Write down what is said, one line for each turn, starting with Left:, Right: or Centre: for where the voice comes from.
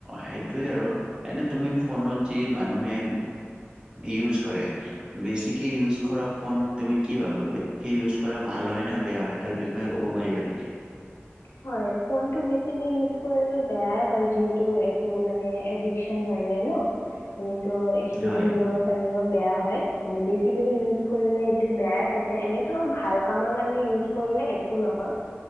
Right: সেইটোৱে আৰু এনে তুমি ফোনত যি মানুহে ইউজ কৰে বেচিক কি ইউজ কৰা ফোন তুমি কি ভাবা ইউজ কৰা ভাল হয় ন বেয়া হয় তাৰ বিষয়ে ক'ব পাৰিবা নেকি?
Left: হয় ফোনটো বে ইউজ কৰিলে বেয়াই হয় যিহেতু এইটো মানে এডিকচন হয় যায় ন এনেত ষ্টুডেন্ট
Right: হয়,
Left: বোৰৰ কাৰণেও বেয়া হয়। <unintelligible> <unintelligible> ইউজ কৰিলে এইটো বেয়াই থাকে এনেতো ভাল কামৰ কাৰণে ইউজ কৰিলে একো নহয়।